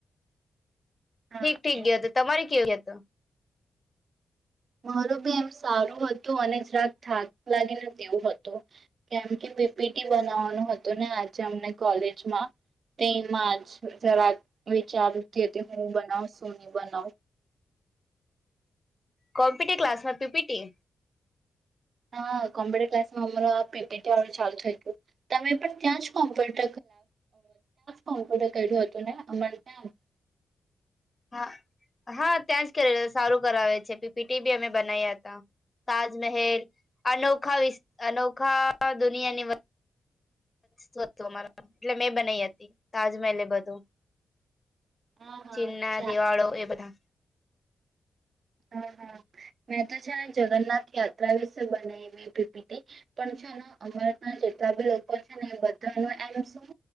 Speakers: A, on the right; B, on the left.
A: હા
B: ઠીક ઠીક
A: એમ
B: ગયા હતો તમારે કેવ હતો
A: માર બી એમ સારું હતું અને જ રાક થાક લાગીને તેવું હતું કેમ કે બીપીટી બનાવવાનું હતું ને આજે અમને કોલેજમાં તે જ જરા વિચારતી હતી હું બનાવ છું નની બનાવ
B: કોમ્પ્યુટર ક્લાસમાં પીપીટી
A: હા કોમ્પ્યુટર ક્લાસમાં અમારા પીપી આ ચાલુ થયું હતું અમે પણ ત્યાં જ કોમ્પ્યુટર ક્ ત કોમ્પ્યુટર કર્યું હતું ને અમાર ત્યા
B: હા હા ત્યાં જ કરી સારું કરાવે છે પીપીટી બી અમે બનાવ્યા હતા તાજમહેલ અનોખા વિ અનોખા દુનિયાની વ તું હતું એટલે મેં બનાઈ હતી તાજમહેલ એ બધું
A: હા હા
B: ચીનના
A: અચ્છા
B: દિવાળો એ બધા
A: હ હા મેં તો છે જગન્નાથ યાત્રા વિશે બને પીપીટી પણ અમર ના જેટલા બી લોકો છે ને એ બધા ન એમ શું.